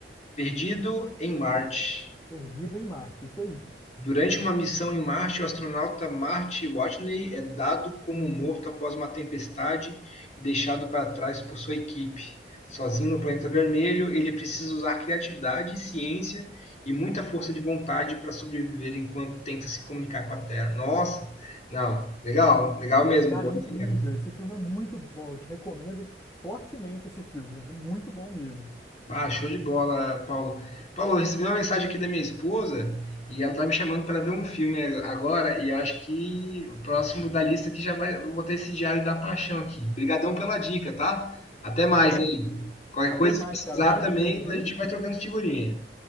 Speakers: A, on the left (about 40°); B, on the left (about 20°).
A: Perdido em Marte.
B: Perdido em Marte, isso aí.
A: Durante uma missão em Marte, o astronauta Marty Watney é dado como morto após uma tempestade e deixado para trás por sua equipe. Sozinho no planeta vermelho, ele precisa usar criatividade, ciência e muita força de vontade para sobreviver enquanto tenta se comunicar com a Terra. Nossa, não, legal, legal mesmo,
B: Cara,
A: boa
B: é incrível.
A: dica.
B: Esse filme é muito bom. Eu te recomendo fortemente esse filme. É muito bom mesmo.
A: Ah, show de bola, Paulo. Paulo, eu recebi uma mensagem aqui da minha esposa e ela tá me chamando para ver um filme agora e eu acho que o próximo da lista aqui já vai vou botar esse Diário da Paixão aqui. Obrigadão pela dica, tá? Até mais
B: Show.
A: aí. Qualquer
B: Até
A: coisa
B: mais,
A: que precisar
B: cara. Bom
A: também,
B: filme, viu?
A: a gente vai trocando figurinha.